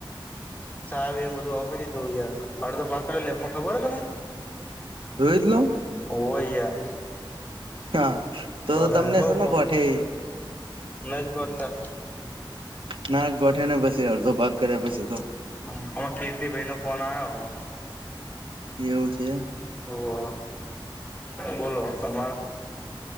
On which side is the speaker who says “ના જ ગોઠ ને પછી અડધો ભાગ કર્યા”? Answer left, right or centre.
Right